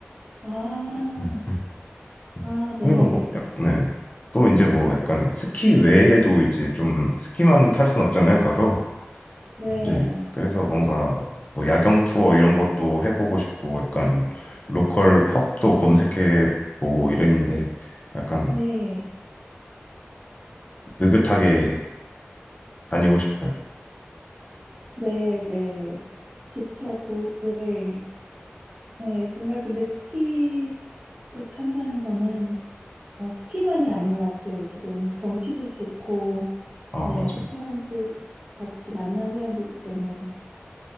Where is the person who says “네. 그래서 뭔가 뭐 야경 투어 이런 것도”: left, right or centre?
Left